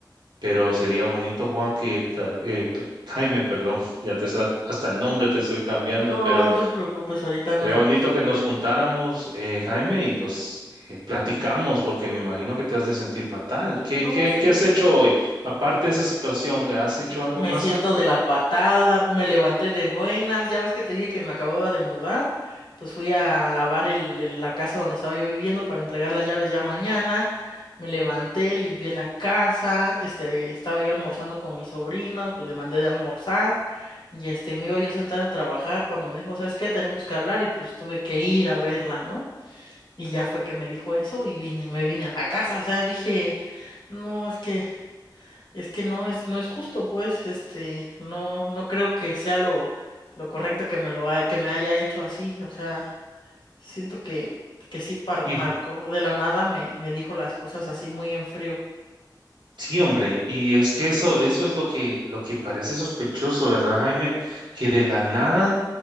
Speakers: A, on the right; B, on the left.
A: pero sería bonito, Juan, que tal- eh, pe- Jaime, perdón, <laughs> ya te sa- hasta el nombre te estoy cambiando,
B: No,
A: pero
B: no te preocupes, ahorita ando.
A: Sería bonito que nos juntáramos, eh, Jaime, y pues eh, platicamos, porque me imagino que te has de sentir fatal. ¿Qué,
B: No,
A: qué,
B: sí.
A: qué has hecho hoy? Aparte de esa situación, ¿que ¿has hecho algo
B: Me
A: más,
B: siento
A: Jaime?
B: de la patada, me levanté de buenas, ya ves que te dije que me acababa de mudar, pues fui a lavar el, el- la casa donde estaba yo viviendo para entregar las llaves ya mañana, me levanté, limpié la casa, este, estaba yo almorzando con mis sobrinos, pues le mandé de almorzar y este, me iba yo a sentar a trabajar cuando me dijo, ¿sabes qué? Tenemos que hablar y pues tuve que ir a verla, ¿no? Y ya fue que me dijo eso y vine, me vine a la casa, o sea, dije, no, es que... Es que no es, no es justo, pues, este, no, no creo que sea lo, lo correcto que me lo ha- que me haya hecho así. O sea, siento que, que sí par-
A: Y
B: marcó
A: de-
B: de la nada, me, me dijo las cosas así muy en frío.
A: sí, hombre, y es que eso, eso es lo que, lo que parece sospechoso, ¿verdad, Jaime? Que de la nada